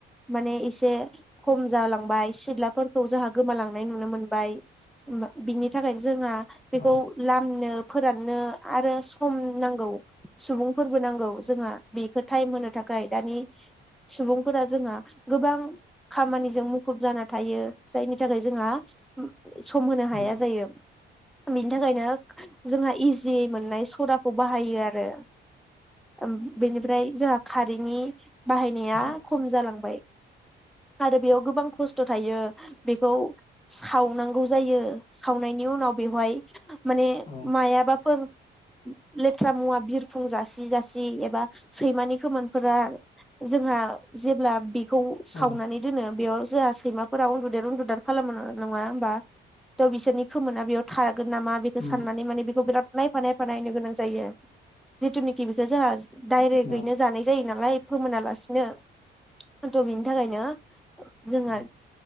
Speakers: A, in the centre; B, on the left (about 30°).
A: माने एसे खम जालां बाय सिथलाफोरखौ जोहा गोमालांनाय नुनो मोनबाय बिनि थाखाय जोहा बेखौ
B: औ
A: लामनो फोराननो आरो सम नांगौ सुबुंफोरबो नांगौ जोंहा बेखो टाइम होनो थाखाय दानि सुबुंफोरा जोंहा गोबां खामानिजों मुखुब जाना थायो। जायनि थाखाय जोंहा सम हाया
B: उम
A: जायो‌‌ बिनि थाखायनो जोंहा इजि मोननाय सदाखौ बाहायो आरो ओम-बेनिफ्राय जोंहा खारैनि बाहायनाया
B: औ
A: खम जालांबाय। आरो बेयाव गोबां खस्थ थायो बेखौ सावनांगौ जायो। सावनायनि उनाव बेवहाय माने
B: औ
A: मायाबाफोर लेथ्रा मुवा बिरफुं जासि जासि एबा सैमानि खोमोनफोरा जोंहा जेब्ला बेखौ सावनानै
B: औ
A: दोनो बेयाव जोंहा सैमाफोराव उन्दुदेर उन्दुदार खालामनो न-नङा होमबा? थ बिसोरनि खोमोना बेयाव था गोन नामा बेखौ
B: उम
A: साननानै माने बेखौ बिराद नायफा नायफा नायनो गोनां जायो। जिथुनिखि बेखौ जोंहा डायरेक्टगैनो
B: औ
A: जानाय जायो नालाय। फोमोनालासिनो हयथ' बिनि थाखायनो जोङो
B: औ